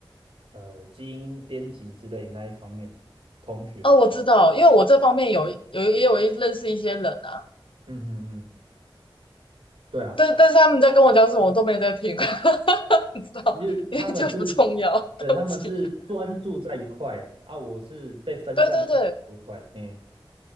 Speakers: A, on the right; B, on the left.
A: 呃基因编辑之类那一方面同学，
B: 哦，我知道，因为我这方面有有也有一认识一些人啊，
A: 嗯嗯嗯，对啊。
B: 但但是他们在跟我讲什么，我都没在听，<laughs> 你知道，
A: 就为他们是，
B: 因为就不重要，
A: 对，
B: 对不起。
A: 他们是专注在一块的啊，我是被分散在很多块，
B: 对对对，
A: 嗯，